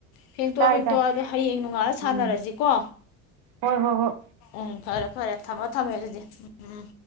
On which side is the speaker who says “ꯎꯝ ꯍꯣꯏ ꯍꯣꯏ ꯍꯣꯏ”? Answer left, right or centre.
Right